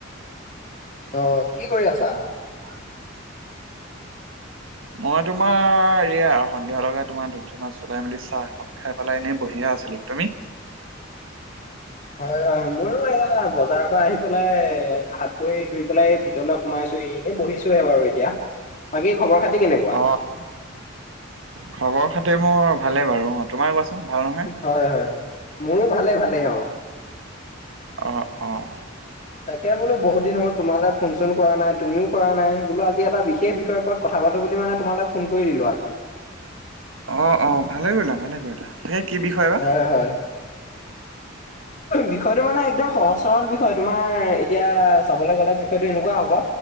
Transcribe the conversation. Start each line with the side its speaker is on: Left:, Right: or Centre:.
Left: অঁ কি কৰি আছা?
Right: অ <inaudible> মই তোমাৰ এয়া সন্ধিয়া লগাই তোমাৰ ধূপ-ধুনা জ্বলাই মেলি চাহ খাওঁ। খাই পেলাই এনেই বহিয়েই আছিলো। তুমি?
Left: হয় হয় ময়ো এয়া বজাৰৰ পৰা আহি পেলাই হাত ভই ধুই পেলাই এই ভিত- ৰলে সোমাইছোঁহি এনেই বহিছোহে বাৰু এতিয়া। বাকী খবৰ খাতি কেনেুকু-
Right: অঁ খবৰ খাতি মোৰ ভালে বাৰু অঁ তোমাৰ কোৱাচোন ভাল নহয়?
Left: হয় হয় মোৰো ভালে ভালেই অঁ।
Right: অঁ অঁ
Left: তাকে বোলো বহুত দিন হল তোমালে ফোন চোন কৰা নাই তুমিও কৰা নাই বোলো আজি এটা বিশেষ বিষয়ৰ ওপৰত- কথা পাতো বুলি মানে তোমালে ফোন কৰি দিলো আজি।
Right: অঁ অঁ ভালে কৰিলা ভালে কৰিলা তাকে কি বিষয় বা।
Left: হয় হয় বিষয়টো মানে একদম সহজ সৰল বিষয় তোমাৰ এতিয়া চাবলৈ গ'লে বিষয়টো এনেকুৱা হব-